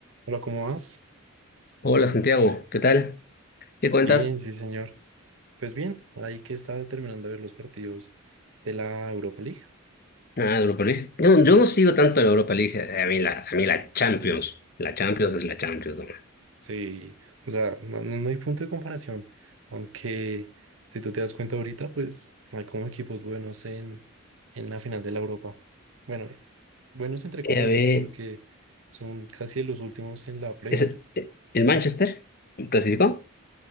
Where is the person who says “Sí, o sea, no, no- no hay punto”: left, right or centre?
Right